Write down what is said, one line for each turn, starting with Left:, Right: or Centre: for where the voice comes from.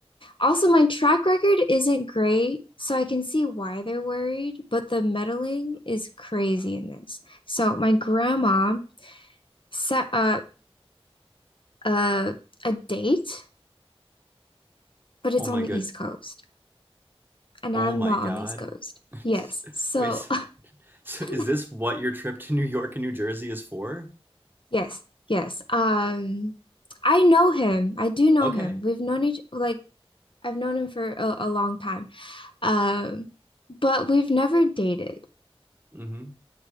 Left: also, my track record isn't great, so I can see why they're worried, but the meddling is crazy in this. So my grandma set up a, a date, but it's
Right: Oh my
Left: on the
Right: good.
Left: East Coast, and
Right: Oh
Left: I'm
Right: my
Left: not
Right: God.
Left: on the East Coast.
Right: <laughs>
Left: Yes. So
Right: Wait a second. So
Left: <laughs>
Right: is this what your trip to New York and New Jersey is for?
Left: Yes, yes. Um, I know him. I do know
Right: Okay.
Left: him. We've known each like I've known him for a, a long time. Um, but we've never dated.
Right: hmm